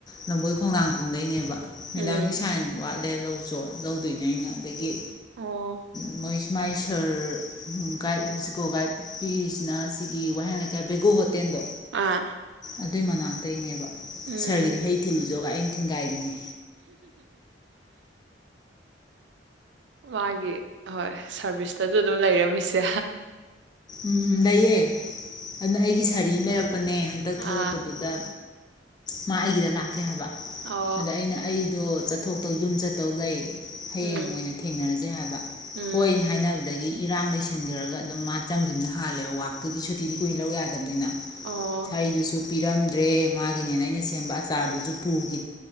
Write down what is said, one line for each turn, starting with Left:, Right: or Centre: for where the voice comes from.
Left: ꯂꯝꯕꯣꯏ ꯈꯣꯡꯅꯥꯡꯈꯣꯡꯗꯩꯅꯦꯕ ꯃꯦꯗꯥꯝꯒꯤ
Right: ꯎꯝ
Left: ꯁꯥꯏꯟ ꯋꯥ ꯂꯧ ꯆꯣ ꯂꯧꯗꯣꯏꯅꯦ ꯑꯩꯅ ꯑꯗꯒꯤ
Right: ꯑꯣ
Left: <unintelligible> <inaudible> ꯃꯥꯏ ꯁꯔ <unintelligible> <unintelligible> ꯒꯥꯏꯠ ꯅꯨꯄꯤꯁꯤꯅ ꯁꯤꯒꯤ ꯋꯥꯍꯦꯡ ꯂꯩꯀꯥꯏ ꯕꯩꯒꯣ ꯍꯣꯇꯦꯟꯗꯣ
Right: ꯑꯥ
Left: ꯑꯗꯨꯏ ꯃꯅꯥꯛꯇꯩꯅꯦꯕ
Right: ꯎꯝ
Left: ꯁꯥꯔꯒꯤꯗ ꯍꯩ ꯊꯤꯂꯨꯁꯤ <unintelligible> ꯑꯪ ꯊꯤꯟꯒꯥꯏꯕꯤꯅꯤ
Right: ꯃꯥꯒꯤ ꯍꯣꯏ ꯁꯥꯔꯚꯤꯁꯇꯁꯨ ꯑꯗꯨꯝ ꯂꯩꯔꯝꯃꯤꯁꯦ
Left: ꯎꯝ ꯂꯩꯌꯦ ꯑꯗꯨꯅ ꯑꯩꯒꯤ ꯁꯥꯔꯤ ꯑꯃ ꯂꯩꯔꯛꯄ ꯄꯅꯦ ꯍꯟꯇꯛ
Right: ꯑꯥ
Left: ꯊꯣꯛꯂꯛꯄꯗꯨꯗ ꯃꯥ ꯑꯩꯒꯤꯗ ꯂꯥꯛꯀꯦ ꯍꯥꯏꯕ
Right: ꯑꯣ
Left: ꯑꯗ ꯑꯩꯅ ꯑꯩꯗꯣ ꯆꯠꯊꯣꯛꯇꯧ ꯌꯨꯝꯆꯠꯇꯧ ꯂꯩ ꯍꯌꯦꯡ
Right: ꯎꯝ
Left: ꯑꯣꯏꯅ ꯊꯦꯡꯅꯔꯁꯦ ꯍꯥꯏꯕ
Right: ꯎꯝ
Left: ꯍꯣꯏꯅ ꯍꯥꯏꯅꯕꯗꯒꯤ ꯏꯔꯥꯡ ꯂꯩꯁꯟꯈ꯭ꯔꯒ ꯑꯗꯨꯝ ꯃꯥ ꯆꯪꯈꯤꯕꯅ ꯍꯥꯜꯂꯦꯕ ꯋꯥꯛꯇꯨꯗꯤ ꯁꯨꯇꯤꯗꯤ ꯀꯨꯏꯅ ꯂꯧ ꯌꯥꯗꯕꯅꯤꯅ
Right: ꯑꯣ
Left: ꯁꯥꯔꯤꯗꯨꯁꯨ ꯄꯤꯔꯝꯗ꯭ꯔꯦ ꯃꯥꯒꯤꯅꯦꯅ ꯑꯩꯅ ꯁꯦꯝꯕ ꯑꯆꯥꯔꯗꯨꯁꯨ ꯄꯨꯈꯤ